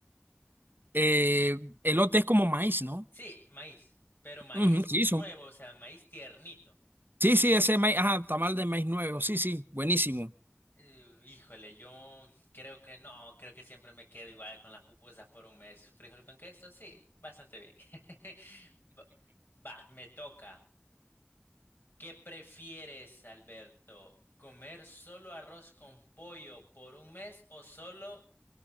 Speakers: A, on the right; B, on the left.
A: Eh, elote es como maíz, ¿no?
B: Sí, maíz, pero maíz
A: Ujú, sí,
B: nuevo,
A: son.
B: o sea, maíz tiernito.
A: Sí, sí, ese maíz, ajá, tamal de maíz nuevo, sí, sí, buenísimo.
B: Eh, híjole, yo creo que no, creo que siempre me quedo igual con las pupusas por un mes. ¿Frijol con queso? Sí, bastante bien. <laughs> Va, va, me toca. ¿Qué prefieres, Alberto? ¿Comer solo arroz con pollo por un mes o solo